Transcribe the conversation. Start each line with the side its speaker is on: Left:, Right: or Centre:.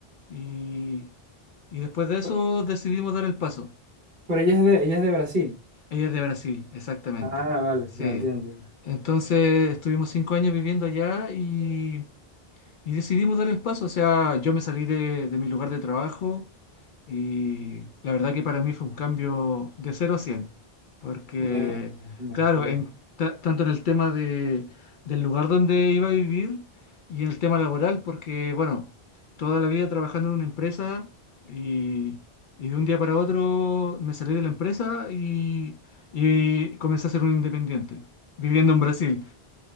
Left: y, y después de eso
Right: Pe-
Left: decidimos dar el paso.
Right: Pero ella es de, ella es de Brasil.
Left: Ella es de Brasil, exactamente.
Right: Ah, vale,
Left: Sí.
Right: ya entiendo.
Left: Entonces estuvimos cinco años viviendo allá y... Y decidimos dar el paso, o sea, yo me salí de, de mi lugar de trabajo y la verdad que para mí fue un cambio de cero a 100 porque
Right: Me- me-
Left: claro,
Right: me- Claro.
Left: en ta- tanto en el tema de, del lugar donde iba a vivir y en el tema laboral, porque bueno, toda la vida trabajando en una empresa y, y de un día para otro me salí de la empresa y, y comencé a ser un independiente, viviendo en Brasil.